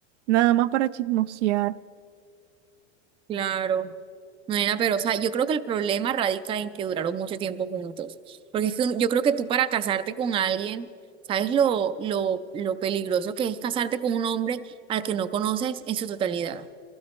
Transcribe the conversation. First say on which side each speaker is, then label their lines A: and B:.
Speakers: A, on the right; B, on the right.
A: nada más para chismosear.
B: Claro. No, nena, pero, o sea, yo creo que el problema radica en que duraron mucho tiempo juntos. Porque es que un- yo creo que tú para casarte con alguien, ¿sabes lo, lo, lo peligroso que es casarte con un hombre al que no conoces en su totalidad?